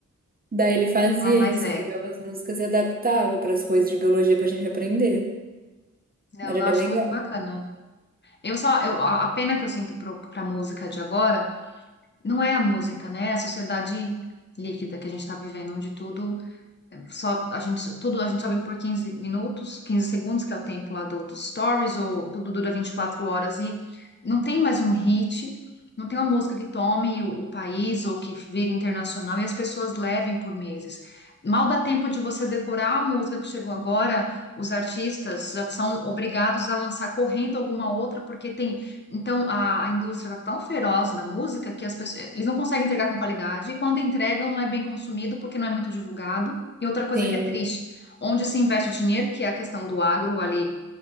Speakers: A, on the right; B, on the left.
A: Daí ele fazia
B: Ai, mas
A: isso,
B: é.
A: pegava as músicas e adaptava para as coisas de biologia para a gente aprender.
B: Não,
A: Era
B: eu acho
A: bem legal.
B: muito bacana. Eu só, eu, a a pena que eu sinto para a música de agora não é a música, né? É a sociedade líquida que a gente está vivendo, onde tudo só a gente, tudo a gente só vive por 15 minutos, 15 segundos, que é o tempo lá do, dos stories, ou tudo dura 24 horas e não tem mais um hit, não tem uma música que tome o, o país ou que vire internacional e as pessoas levem por meses. Mal dá tempo de você decorar a música que chegou agora, os artistas já são obrigados a lançar correndo alguma outra, porque tem. Então, a, a indústria está tão feroz da música que as pessoas, eles não conseguem entregar com qualidade, e quando entregam, não é bem consumido porque não é muito divulgado. E outra coisa
A: Sim,
B: que é triste, onde se investe o dinheiro, que é a questão do agro ali